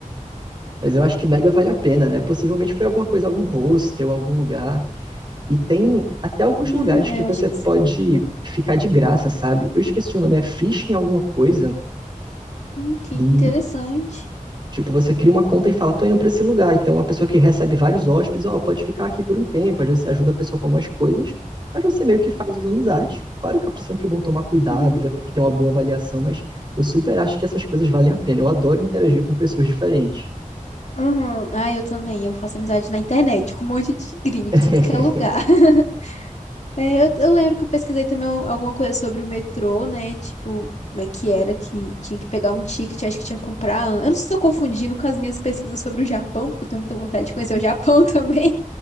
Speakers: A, on the right; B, on the left.
A: mas eu acho que mega vale a pena, né? Possivelmente foi alguma coisa, algum hostel, algum lugar. E tem até alguns
B: Hum,
A: lugares que
B: é,
A: você
B: eu acho que
A: pode
B: sim.
A: ficar de graça, sabe? Eu esqueci o nome, é Fishing alguma coisa.
B: Hum, que
A: E
B: interessante.
A: Tipo, você cria uma conta e fala, tô indo para esse lugar. Então, uma pessoa que recebe vários hóspedes, ó, pode ficar aqui por um tempo. Às vezes você ajuda a pessoa com algumas coisas, mas você meio que faz as amizades. Claro que eu acho sempre bom tomar cuidado,
B: Uhum.
A: ver alguém que tem uma boa avaliação, mas eu super acho que essas coisas valem a pena. Eu adoro interagir com pessoas diferentes.
B: Uhum. Ah, eu também. Eu faço amizade na internet com um monte de gringo
A: <laughs>
B: de tudo que é lugar. <laughs> É, eu, eu lembro que eu pesquisei também um- alguma coisa sobre o metrô, né? Tipo, como é que era que tinha que pegar um ticket, acho que tinha que comprar. an- Eu não sei se estou confundindo com as minhas pesquisas sobre o Japão, porque eu tenho muita vontade de conhecer o Japão <laughs> também.